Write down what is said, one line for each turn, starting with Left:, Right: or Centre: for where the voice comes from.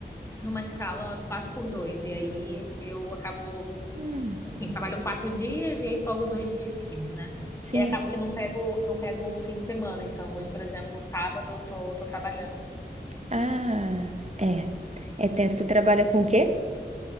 Left: numa escala 4 por dois. e aí eu acabo,
Right: Hum,
Left: enfim, trabalho quatro dias e aí folgo dois dias seguidos, né?
Right: sim.
Left: E aí acabo que não pego não pego o fim de semana. Então, hoje, por exemplo, sábado eu tô, tô trabalhando.
Right: Ah, é. É tenso. Tu trabalha com o quê?